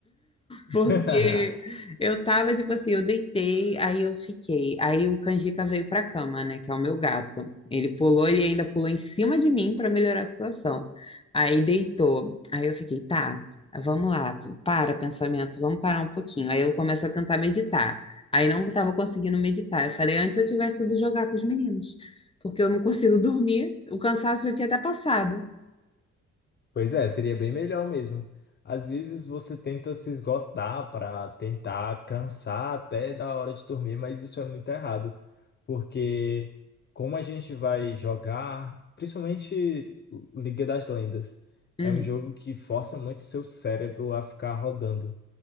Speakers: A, on the left; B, on the left.
A: <laughs>
B: Porque eu tava, tipo assim, eu deitei, aí eu fiquei. Aí o Canjica veio pra cama, né? Que é o meu gato. Ele pulou, ele ainda pulou em cima de mim para melhorar a situação. Aí deitou. Aí eu fiquei, tá, vamos lá, para pensamento, vamos parar um pouquinho. Aí eu começo a tentar meditar. Aí não tava conseguindo meditar. Eu falei, antes eu tivesse ido jogar com os meninos, porque eu não consigo <laughs> dormir. O cansaço já tinha até passado.
A: Pois é, seria bem melhor mesmo. Às vezes você tenta se esgotar para tentar cansar até da hora de dormir, mas isso é muito errado, porque como a gente vai jogar, principalmente Liga das Lendas,
B: Uhum.
A: é um jogo que força muito seu cérebro a ficar rodando.